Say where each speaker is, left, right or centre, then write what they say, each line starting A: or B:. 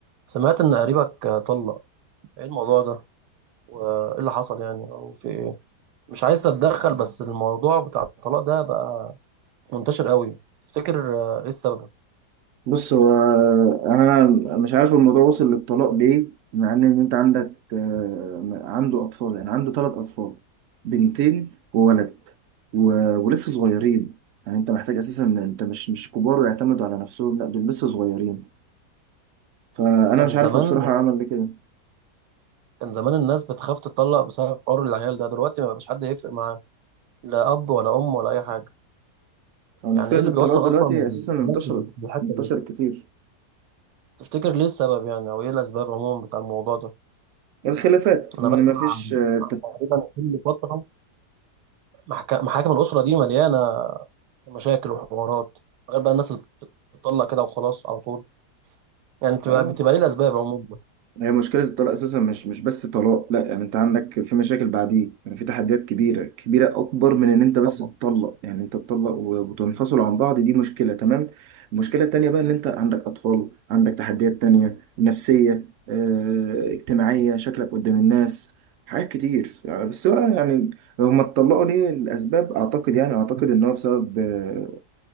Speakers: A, on the right; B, on the right.
A: سمعت إن قريبك طلق إيه الموضوع ده وإيه اللي حصل يعني أو في إيه مش عايز أتدخل بس الموضوع بتاع الطلاق ده بقى منتشر قوي تفتكر آه، إيه السبب
B: بص هو يعني انا مش عارف الموضوع وصل للطلاق ليه مع ان إن انت عندك آه، عنده اطفال يعني عنده ثلاث اطفال بنتين وولد و... ولسه صغيرين يعني انت محتاج اساسا إن انت مش مش كبار ويعتمدوا على نفسهم لا دول لسه صغيرين فانا
A: كان
B: مش عارف
A: زمان
B: هو بصراحة عمل ليه كده
A: كان زمان الناس بتخاف تطلق بسبب حوار العيال ده دلوقتي ما بقاش حد يفرق معاه لا أب ولا أم ولا أي حاجة
B: هو مشكلة
A: يعني إيه اللي
B: الطلاق
A: بيوصل
B: دلوقتي
A: أصلا
B: اساسا انتشرت
A: الناس للحتة
B: انتشرت
A: دي
B: كتير
A: تفتكر ليه السبب يعني أو إيه الأسباب عموما بتاع الموضوع ده
B: الخلافات
A: أنا
B: ان
A: بسمع
B: مفيش
A: عن
B: آه،
A: تقريبا كل فترة محك- محاكم الأسرة دي مليانة مشاكل وحوارات غير بقى الناس اللي بتطلع كده وخلاص على طول يعني بتبقى
B: تفاهم
A: بتبقى ايه الاسباب عموما
B: هي مشكلة الطلاق أساسا مش مش بس طلاق لا يعني أنت عندك في مشاكل بعديه يعني في تحديات كبيرة كبيرة أكبر من إن أنت بس
A: طبعا
B: تطلق يعني أنت تطلق و- وتنفصل عن بعض دي مشكلة تمام المشكلة التانية بقى إن أنت عندك أطفال عندك تحديات تانية نفسية آه، اجتماعية شكلك قدام الناس حاجات كتير يعني بس بقى يعني هما اتطلقوا ليه الأسباب أعتقد يعني أعتقد إن هو بسبب آه،